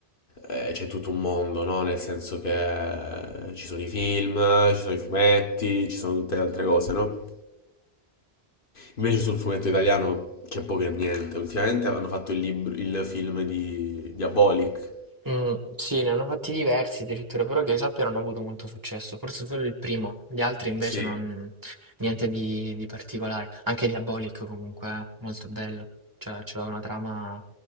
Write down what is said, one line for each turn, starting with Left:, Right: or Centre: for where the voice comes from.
Left: eh, c'è tutto un mondo, no? Nel senso che eh, ci sono i film, ci sono i fumetti, ci sono tutte le altre cose, no? Invece sul fumetto italiano c'è poco e niente. Ultimamente hanno fatto il, libro, il film di Diabolic.
Right: Mm, sì, ne hanno fatti diversi addirittura, però che io sappia non ha avuto molto successo, forse solo il primo, gli altri invece
Left: Sì.
Right: non, niente di, di particolare, anche Diabolic comunque, eh, molto bello, cioè c'era una trama,